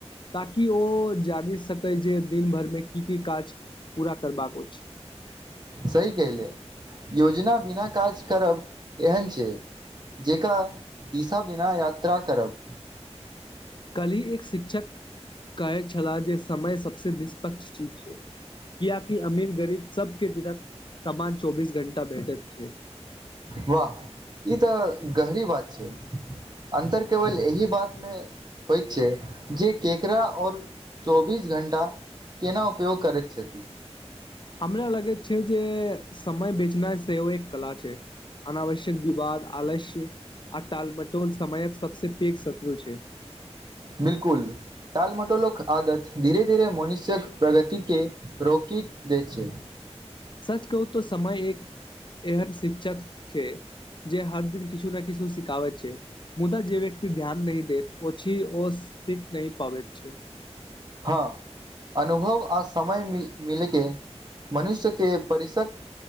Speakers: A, on the left; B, on the right.
A: ताकि ओ जानि सकै जे दिन भर मे की की काज पूरा करबाको छै
B: सही कहिले योजना बिना काज करब एहन छै जेका <inaudible> दिशा बिना यात्रा करब
A: कलहि एक शिक्षक कहै छलाह जे समय सभसँ निष्पक्ष चीज छै कियाकि अमीर गरीब सब के विदत समान चौबीस घंटा भैटेत छै
B: वाह ई तऽ गहरी बात छै अन्तर केवल एहि बात मे होइत छै जे केकरा और चौबीस घण्टा केना उपयोग करैत छथिन
A: हमरा लगे छै जे समय बेचना सेहो एक कला छै अनावश्यक विवाद आलस्य आ तालमटोल समयक सबस पैघ शत्रु छै
B: बिल्कुल टाल मटोलक आदत धीरे धीरे मनुष्य यक प्रगति के रोकि दै छै
A: सच कहू त समय एक एहन शिक्षक छै जे हर दिन किछु ने किछु सिखाबैत छै मुदा जे व्यक्ति ध्यान नहि देैत ओ ची ओ सीख नहि पाबैत छै
B: हँ अनुभव आ समय मिल मिलके मनुष्य के परिषक